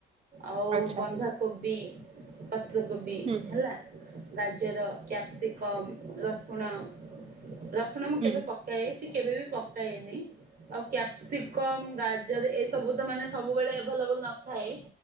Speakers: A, on the right (about 45°); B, on the right (about 30°).
A: ଆଉ
B: ଆଚ୍ଛା
A: ବନ୍ଧା କୋବି ପତ୍ରକୋବି
B: ହୁଁ।
A: ହେଲା। ଗାଜର, କ୍ୟାପ୍ସିକମ୍, ରସୁଣ ରସୁଣ ମୁଁ
B: ହୁଁ।
A: କେବେ ପକାଏ ବି କେବେ ବି ପକାଏନି। ଆଉ କ୍ୟାପ୍ସିକମ୍ ଗାଜର ଏ ସବୁ ତ ମାନେ ସବୁବେଳେ ଏଭେଲେବଲ ନଥାଏ।